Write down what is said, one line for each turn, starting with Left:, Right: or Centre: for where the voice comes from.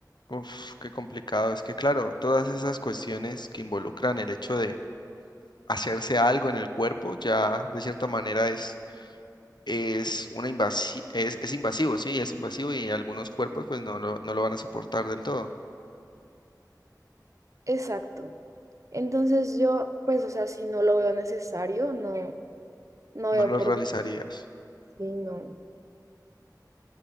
Left: Uf, qué complicado. Es que claro, todas esas cuestiones que involucran el hecho de hacerse algo en el cuerpo ya de cierta manera es es, una invasi- es, es invasivo, sí, es invasivo y algunos cuerpos pues no, lo- no lo van a soportar del todo,
Right: Exacto. Entonces yo, pues, o sea, si no lo veo necesario, no, no
Left: no
Right: veo
Left: lo
Right: por
Left: realizarías.
Right: qué sí, no.